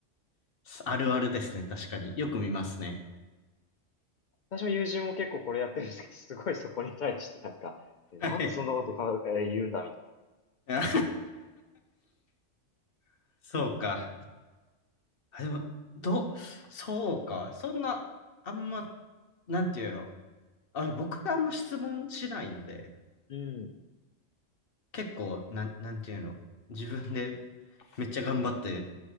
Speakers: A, on the left; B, on the left.
A: あるあるですね。確かに。よく見ますね。
B: 私の友人も結構これやってるんですけど、すごいそこに対してなんか、えなんでそんなことか、
A: はい。
B: えー言うんだみたい
A: あ <laughs> そうか。あ、でも、ど、そうか。そんな、あんま、なんていうの。あ、僕があんま質問しないので、
B: なうん。な。
A: 結構、なん、なんていうの。自分でめっちゃ頑張って